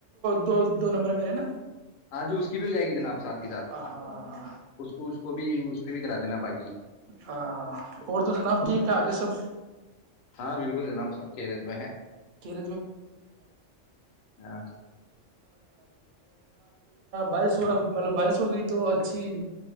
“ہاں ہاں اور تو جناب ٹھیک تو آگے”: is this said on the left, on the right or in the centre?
Right